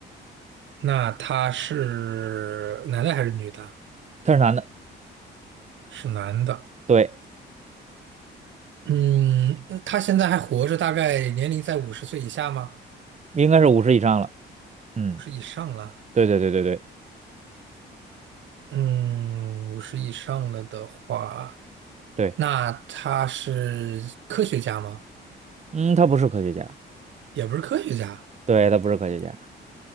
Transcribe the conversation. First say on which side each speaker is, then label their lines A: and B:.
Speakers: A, on the right (about 70°); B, on the right (about 35°).
A: 那他是男的还是女的？
B: 他是男的，
A: 是男的。
B: 对，
A: 嗯，嗯他现在还活着，大概年龄在五十岁以下吗？
B: 应该是五十以上了。嗯，
A: 五十以上了。
B: 对对对对对
A: 嗯，五十以上了的话，
B: 对，
A: 那他是科学家吗？
B: 嗯，他不是科学家，
A: 也不是科学家，
B: 对，他不是科学家，